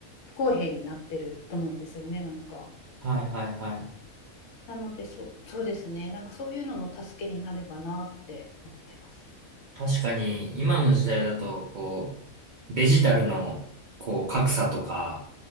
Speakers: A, on the left; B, on the right.
A: 不公平になってると思うんですよねなんか。
B: はい、はい、はい。
A: なのでそ、そうですね、なんかそういうのの助けになればなって思ってます。
B: 確かに、今の時代だと、こう、デジタルの、こう、格差とか、